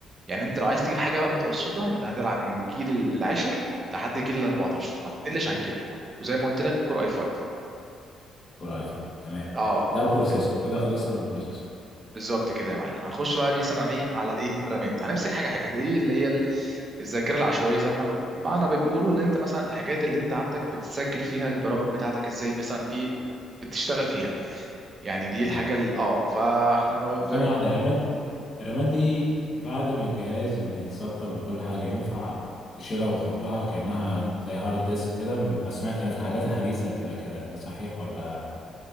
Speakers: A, on the right; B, on the left.
A: يعني انت لو عايز تجيب حاجه بقى متوسطه انت هتلعب من الجيل العاشر لحد الجيل ال 14 ما تقلش عن كده وزي ما قلت لك كور اي 5
B: كور اي 5 تمام
A: اه
B: ده البروسيسور
A: م-
B: كده خلصنا من البروسيسور
A: بالظبط كده يا معلم هنخش بقى مثلا على ايه على الايه الرامات هنمسك حاجه حاجه دي اللي هي ال- الذاكره العشوائيه زي ما ب- معنى ما بيقولوا اللي انت مثلا الحاجات اللي انت عندك بتسجل فيها البرامج بتاعتك ازاي مثلا ايه بتشتغل فيها يعني دي
B: تمام
A: الحاجه ال- اه فاحنا لو
B: ثانية
A: زي ما-
B: واحدة الرامات الرامات دي بعد ما الجهاز ما يتسطب وكل حاجة ينفع تشيلها وتحطها كأنها زي هارد ديسك كده م- سمعت يعني في الحاجات الحديثة بتبقى كده ده صحيح ولا